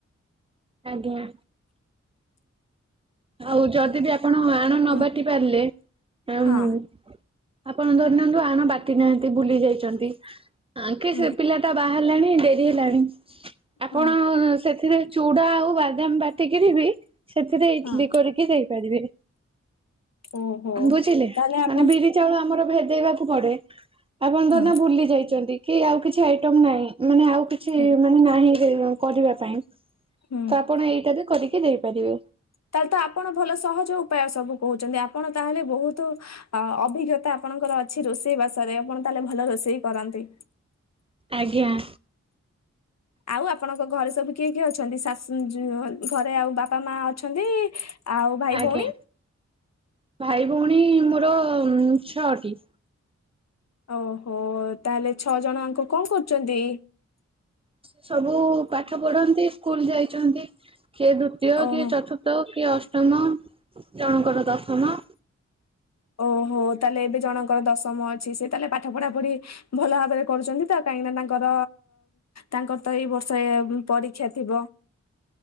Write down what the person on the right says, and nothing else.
ଆଜ୍ଞା। ଆଉ ଯଦି ବି ଆପଣ ଆଣ ନ
ବାଟି ପାରିଲେ
ଉଁ ଆପଣ ଧରି ନିଅନ୍ତୁ ଆଣ ବାଟି ନାହାନ୍ତି ଭୁଲି ଯାଇଛନ୍ତି କି
ସେ ପିଲା ତା ବାହାରିଲାଣି ଡେରି ହେଲାଣି ଆପଣ
ସେଥିରେ ଚୁଡା ଆଉ ବାଦାମ ବାଟିକିରି ବି ସେଥିରେ ଇଟଲି
କରିକି ଦେଇପାରିବେ।
ବୁଝିଲେ
ମାନେ ବିରି ଚାଉଳ ଆମର ଭେଦେଇବାକୁ ପଡେ ଆପଣଙ୍କ
ଧରି ନିଅ ଭୁଲି ଯାଇଛନ୍ତି କି ଆଉ କିଛି ଆଇଟମ ନାହିଁ ମାନେ ଆଉ କିଛି
ମାନେ ନାହିଁ କରିବା ପାଇଁ
ତ ଆପଣ ଏଇଟାବି କରିକି ଦେଇପାରିବ।
ଆଜ୍ଞା।
ଆଜ୍ଞା
ଭାଇ ଭଉଣୀ ମୋର ଉଁ ଛଅଟି।
ସେ ସବୁ ପାଠ ପଢନ୍ତି ସ୍କୁଲ ଯାଇଚନ୍ତି କିଏ ଦୁତୀୟ
କିଏ ଚଥୁ ତ କିଏ ଅଷ୍ଟମ ଜଣଙ୍କର ଦଶମ।